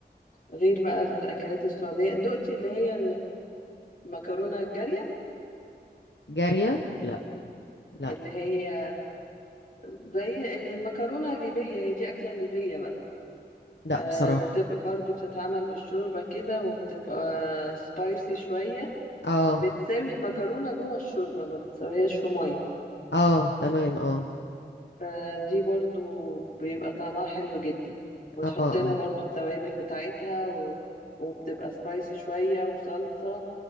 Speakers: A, on the left; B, on the left.
A: غير بقى الاكلات السعودية دقتي اللي هي المكرونة الجارية
B: جارية
A: اللي
B: لا
A: هي
B: لا
A: اللي هي زي المكرونة الليبية هي دي أكلة ليبية بقى
B: لا
A: آه،
B: بصراحة
A: بتبقى برضو بتتعمل بالشوربة كده وبتبقى سبايسي شوية
B: اه
A: بتساوي المكرونة جوه الشوربة ما بتساويهاش في مية
B: اه تمام اه
A: فدي برضو بيبقى طعمها حلو جدا وتحط
B: اه اه
A: لها برضو التوابل بتاعتها و... وبتبقى سبايسي شوية وصلصة